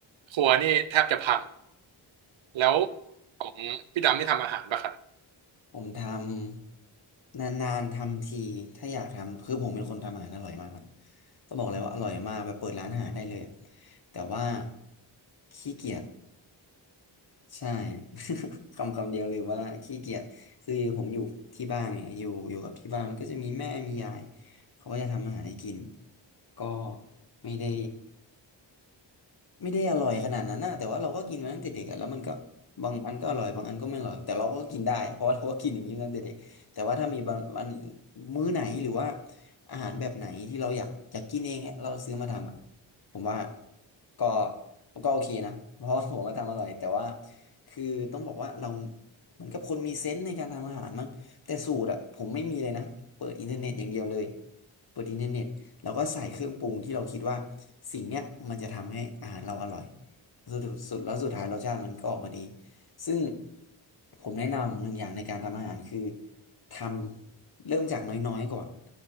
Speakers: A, on the right (about 70°); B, on the left (about 50°).
A: ครัวนี่แทบจะพังแล้วของพี่ดำที่ทำอาหารปะครับ
B: <laughs> ผมทำนานๆทำทีถ้าอยากทำคือผมเป็นคนทำอาหารอร่อยมากนะต้องบอกเลยว่าอร่อยมากแบบเปิดร้านอาหารได้เลยอะแต่ว่าขี้เกียจ ใช่ <laughs> คำคำเดียวเลยว่าขี้เกียจคือผมอยู่ที่บ้านไงอยู่อยู่กับที่บ้านก็จะมีแม่มียายเขาก็จะทำอาหารให้กินก็ไม่ได้ ไม่ได้อร่อยขนาดนั้นนะแต่ว่าเราก็กินมาตั้งแต่เด็กอะแล้วมันก็บางอันก็อร่อยบางอันก็ไม่อร่อยแต่เราก็กินได้อะ <laughs> เพราะว่าเราก็กินอย่างนี้มาตั้งแต่เด็กแต่ว่าถ้ามีบางอันมื้อไหนหรือว่าอาหารแบบไหนที่เราอยากอยากกินเองอะเราซื้อมาทำอะผมว่าก็ก็โอเคนะเพราะว่าผมมาทำอร่อยแต่ว่าคือต้องบอกว่าเราเหมือนกับคนมีเซนส์ในการทำอาหารมั้ง แต่สูตรอะผมไม่มีเลยนะเปิดอินเทอร์เน็ตอย่างเดียวเลยเปิดอินเทอร์เน็ตแล้วก็ใส่เครื่องปรุงที่เราคิดว่าสิ่งเนี้ยมันจะทำให้อาหารเราอร่อยสุดสุดแล้วสุดท้ายรสชาติมันก็ออกมาดีซึ่งผมแนะนำหนึ่งอย่างในการทำอาหารคือทำเริ่มจากน้อยๆก่อน